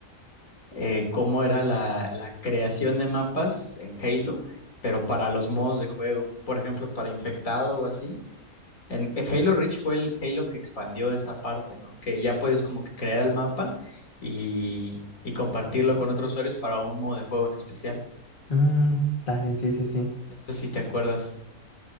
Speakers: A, on the left (about 65°); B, on the left (about 35°).
A: eh, cómo era la, la creación de mapas en Halo, pero para los modos de juego, por ejemplo, para infectado o así. En en Halo Reach fue el Halo que expandió esa parte, ¿no? Que ya puedes como que crear el mapa y, y compartirlo con otros usuarios para un modo de juego en especial.
B: Mm, dale, sí, sí, sí.
A: No sé si te acuerdas.